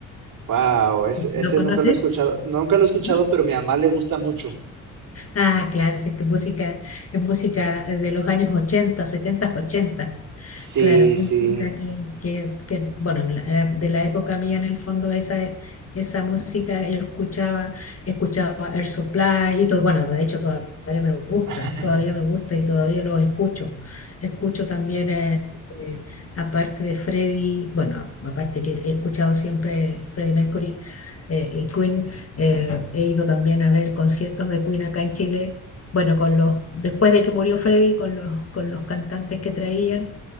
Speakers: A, on the right (about 50°); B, on the left (about 35°).
A: Wow, ese, ese
B: ¿Lo conoces?
A: nunca lo he escuchado, nunca lo he escuchado,
B: ¿No?
A: pero a mi mamá le gusta mucho.
B: Ah, claro, sí, que música, es música de los años 80, 70, 80.
A: Sí,
B: Claro, es
A: sí.
B: música que, que- que, bueno, la- eh, de la época mía en el fondo esa, e, esa música yo escuchaba, escuchaba Air Supply y todo, bueno, de hecho todavía me gusta,
A: <laughs>
B: todavía me gusta y todavía los escucho. Escucho también, eh, eh, aparte de Freddie, bueno, aparte que he escuchado siempre Freddie Mercury, eh, eh, Queen, eh, he ido también a ver conciertos de Queen acá en Chile. Bueno, con los, después de que murió Freddy, con los, con los cantantes que traían,